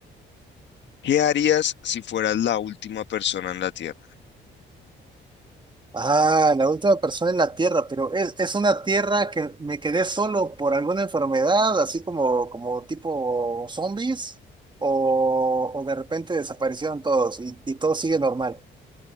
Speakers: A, on the left; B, on the right.
A: ¿qué harías si fueras la última persona en la Tierra?
B: Ah, la última persona en la Tierra, pero es, es una Tierra que me quedé solo por alguna enfermedad, así como, como tipo zombies, o, o de repente desaparecieron todos y, y todo sigue normal.